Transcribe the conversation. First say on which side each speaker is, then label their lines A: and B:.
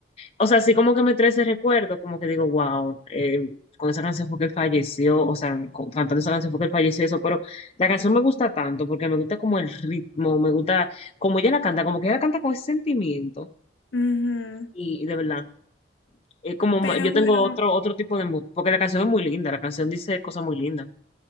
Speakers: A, on the left; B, on the left.
A: O sea, sí como que me trae ese recuerdo, como que digo, wow, eh, con esa canción fue que él falleció, o sea, con- cantando esa canción fue que él falleció, eso, pero la canción me gusta tanto, porque me gusta como el ritmo, me gusta como ella la canta, como que ella la canta con ese sentimiento
B: Ujú.
A: Y de verdad, es como,
B: Pero
A: ma- yo
B: bueno,
A: tengo otro, otro tipo de mood, porque la canción es muy linda, la canción dice cosas muy lindas.